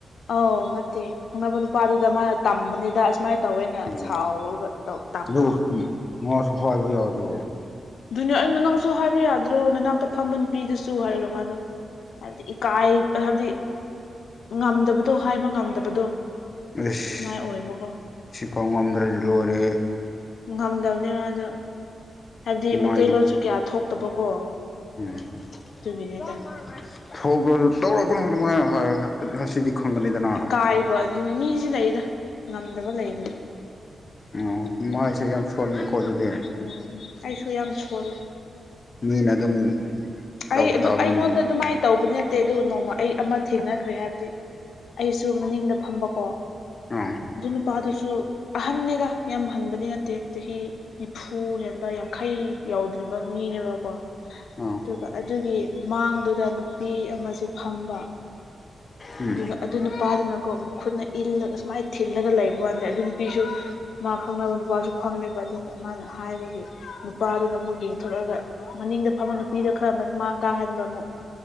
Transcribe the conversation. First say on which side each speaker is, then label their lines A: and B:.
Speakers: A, on the left; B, on the left.
A: ꯑꯧ ꯅꯠꯇꯦ ꯈꯪꯅꯕ ꯅꯨꯄꯥꯗꯨꯗ ꯃꯥꯅ ꯇꯝꯕꯅꯤꯗ ꯑꯁꯨꯃꯥꯏꯅ ꯇꯧꯋꯏꯅ
B: ꯑꯣ
A: ꯁꯥꯎꯔꯒ ꯇꯧ ꯇꯛꯄꯀꯣ
B: ꯑꯗꯨ
A: ꯇꯝ
B: ꯃꯥꯁꯨ ꯍꯥꯢꯕ ꯌꯥꯗ꯭ꯔꯣ
A: ꯑꯗꯨꯏꯅꯦ ꯑꯩꯅ ꯅꯪꯁꯨ ꯍꯥꯏꯕ ꯌꯥꯗ꯭ꯔꯣ ꯅꯅꯥꯛꯇ ꯐꯝꯕꯅ ꯄꯤꯗꯁꯨ ꯍꯥꯏꯔꯒ ꯃꯥꯗꯣ ꯍꯥꯏꯕꯗꯤ ꯏꯀꯥꯏ ꯍꯥꯏꯕꯗꯤ ꯉꯝꯗꯕꯗꯣ ꯍꯥꯏꯕ ꯉꯝꯗꯕꯗꯣ
B: ꯑꯦꯁ
A: ꯑꯗꯨꯃꯥꯏꯅ ꯑꯣꯏꯕꯀꯣ
B: ꯁꯤꯐꯥꯎ ꯉꯝꯗ꯭ꯔꯗꯤ ꯂꯣꯏꯔꯦꯍꯦ
A: ꯉꯝꯗꯕꯅꯦꯕ ꯃꯥꯗꯣ ꯍꯥꯏꯕꯗꯤ ꯃꯩꯇꯩꯂꯣꯟꯁꯨ
B: ꯃꯥꯏ
A: ꯀꯌꯥ ꯊꯣꯛꯇꯕꯀꯣ
B: ꯎꯝ <unintelligible>
A: ꯑꯗꯨꯒꯤꯅꯤꯗ
B: ꯍꯧꯕꯗ ꯇꯧꯔꯛꯀꯅꯨ ꯗꯨꯃꯥꯏꯄ ꯍꯥꯢꯔ ꯑꯁꯤꯗꯤ ꯈꯪꯒꯅꯤꯗꯅ
A: ꯏꯀꯥꯏꯕ ꯑꯗꯨꯅꯤ ꯃꯤꯁꯦ ꯂꯩꯌꯦꯗ ꯉꯝꯗꯕ ꯂꯩꯕꯅꯤ
B: ꯑꯣ ꯃꯥꯏꯁꯦ ꯌꯥꯝ ꯁꯣꯟꯕꯀꯣ ꯑꯗꯨꯗꯤ
A: ꯎꯝ ꯑꯩꯁꯨ ꯌꯥꯝ ꯁꯣꯜꯂꯦ
B: ꯃꯤꯅ ꯑꯗꯨꯝ
A: ꯑꯩ
B: ꯇꯧꯕ
A: ꯑꯗꯨ
B: ꯇꯥꯕꯅꯤꯅꯦ
A: ꯑꯩꯉꯣꯟꯗ ꯑꯗꯨꯃꯥꯏꯅ ꯇꯧꯕꯅꯤꯅ ꯅꯠꯇꯦ ꯑꯗꯨ ꯅꯣꯡꯃ ꯑꯩ ꯑꯃ ꯊꯦꯡꯅꯈ꯭ꯔꯦ ꯍꯥꯏꯕꯗꯤ ꯑꯩꯁꯨ ꯃꯅꯤꯡꯗ ꯐꯝꯕꯀꯣ
B: ꯑꯥ
A: ꯑꯗꯨ ꯅꯨꯄꯥꯗꯨꯁꯨ ꯑꯍꯟꯅꯤꯅ ꯌꯥꯝ ꯍꯟꯕꯗꯤ ꯅꯠꯇꯦ ꯆꯍꯤ ꯅꯤꯐꯨ ꯍꯦꯟꯕ ꯌꯥꯡꯈꯩ ꯌꯥꯎꯗ꯭ꯔꯤꯕ ꯃꯤꯅꯦꯕꯀꯣ
B: ꯑ
A: ꯑꯗꯨꯒ ꯑꯗꯨꯒꯤ ꯃꯥꯡꯗꯨꯗ ꯅꯨꯄꯤ ꯑꯃꯁꯦ ꯐꯝꯕ
B: ꯎꯝ
A: ꯑꯗꯨꯒ ꯑꯗꯨ ꯅꯨꯄꯥꯗꯨꯅꯀꯣ ꯈꯨꯠꯅ ꯏꯜꯂꯒ ꯁꯨꯃꯥꯏꯅ ꯊꯤꯜꯂꯒ ꯂꯩꯕ ꯋꯥꯥꯟꯗꯦ ꯑꯗꯨ ꯅꯨꯄꯤꯁꯨ ꯃꯥ ꯈꯪꯅꯕ ꯅꯨꯄꯥꯁꯨ ꯐꯝꯃꯦꯕ ꯑꯗꯨ ꯃꯥꯅ ꯍꯥꯏꯕꯒꯤ ꯅꯨꯄꯥꯗꯨꯅ ꯑꯃꯨꯛ ꯌꯦꯡꯊꯣꯔꯛꯑꯒ ꯃꯅꯤꯡꯗ ꯐꯝꯃ ꯅꯨ ꯅꯨꯄꯤꯗ ꯈꯔ ꯃꯥꯡ ꯀꯥꯍꯟꯕ ꯑꯃꯨꯛ